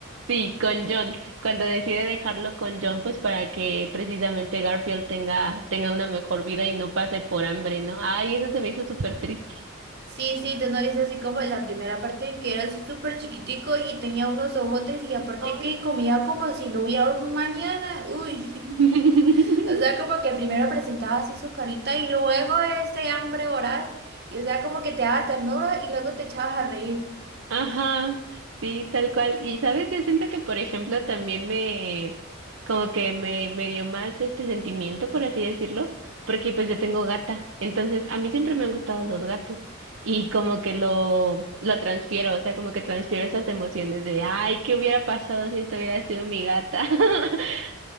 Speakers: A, on the right; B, on the right.
A: sí, con John. Cuando decide dejarlo con John, pues para que precisamente Garfield tenga, tenga una mejor vida y no pase por hambre, ¿no? Ay, eso se me hizo súper triste.
B: Sí, sí, tú no viste así como la primera parte en que era así súper chiquitico y tenía unos ojotes y aparte
A: Ay,
B: que comía
A: sí.
B: como si no hubiera un mañana. Uy,
A: <laughs>
B: <laughs> o sea, como que primero presentaba así su carita y luego este hambre voraz y o sea, como que te daba ternura y luego te echabas a reír.
A: Ajá, sí, tal cual. Y sabes, yo siento que, por ejemplo, también me, como que me, me dio más este sentimiento, por así decirlo, porque pues yo tengo gata. Entonces, a mí siempre me han gustado los gatos y como que lo, lo transfiero, o sea, como que transfiero esas emociones de, ay, ¿qué hubiera pasado si esto hubiera sido mi gata? <laughs>